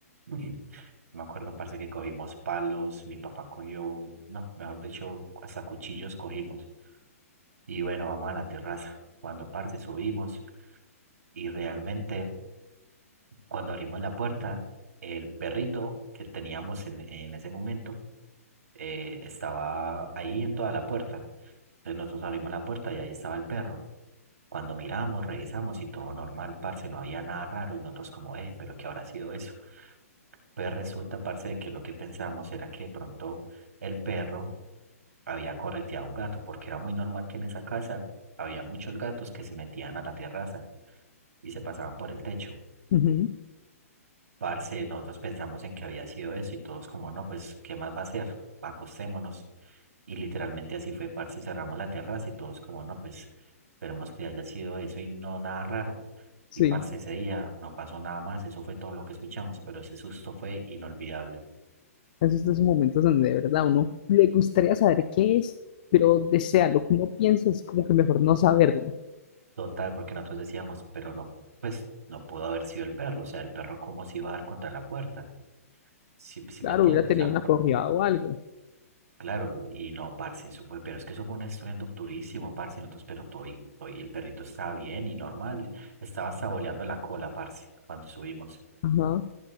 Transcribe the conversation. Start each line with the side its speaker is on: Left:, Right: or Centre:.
Right: Ujú. <laughs> Me acuerdo, parce, que cogimos palos, mi papá cogió, no, mejor dicho, hasta cuchillos cogimos. Y bueno, vamos a la terraza. Cuando, parce, subimos y realmente Cuando abrimos la puerta, el perrito que teníamos en, en ese momento eh, estaba ahí en toda la puerta. Entonces nosotros abrimos la puerta y ahí estaba el perro. Cuando miramos, revisamos y todo normal, parce, no había nada raro y nosotros como, eh, pero ¿qué habrá sido eso? Pues resulta, parce, de que lo que pensamos era que de pronto el perro había correteado a un gato, porque era muy normal que en esa casa había muchos gatos que se metían a la terraza y se pasaban por el techo.
Left: Ujú,
Right: Parce, nosotros pensamos en que había sido eso y todos como, no, pues, ¿qué más va a ser? Acostémonos. Y literalmente así fue, parce, cerramos la terraza y todos como, no, pues, esperemos que haya sido eso y no nada raro.
Left: Sí.
Right: Y parce, ese día no pasó nada más, eso fue todo lo que escuchamos, pero ese susto fue inolvidable.
Left: Esos son esos momentos donde de verdad uno le gustaría saber qué es, pero desea lo que uno piensa es como que mejor no saberlo.
Right: Total, porque nosotros decíamos, pero no, pues, no pudo haber sido el perro, o sea, el perro cómo se iba a dar contra la puerta. si
Left: Claro,
Right: me entiendes?
Left: hubiera tenido
Right: O sea,
Left: una corrida o algo.
Right: Claro, y no, parce, eso fue, pero es que eso fue un estruendo durísimo, parce, nosotros, pero todo y, todo y el perrito estaba bien y normal, y estaba saboleando la cola, parce, cuando subimos,
Left: Ajá.